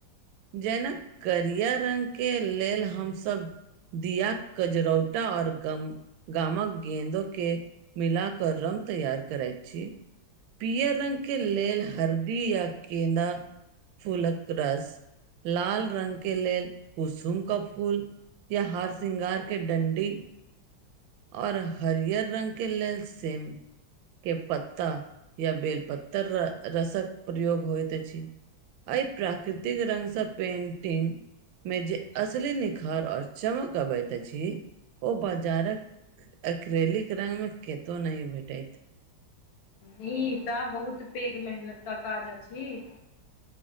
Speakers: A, on the right; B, on the left.
A: जेना करियर रंग केँ लेल हमसब दियाक कजरोटा आओर गम गामक गेदो केँ मिल कऽ रंग तैयार करै छी पियर रंग केँ लेल हरदी या केेन्दा फूलक रस लाल रंग के लेल कुसुम का फूल या हार शृंगार के डंडी आओर हरियर रंग के लेल सेम के पत्ता या बेलपत्तर रसक प्रयोग होयत अछि। एहि प्राकृतिक रंगसँ पेंटिंग मे जे असली निखार और चमक अबैत अछि ओ बाजारक एक्रेलीक रंग मे केतो नहि भेटैत।
B: ई तऽ बहुत पेघ मेहनत का काज अछि।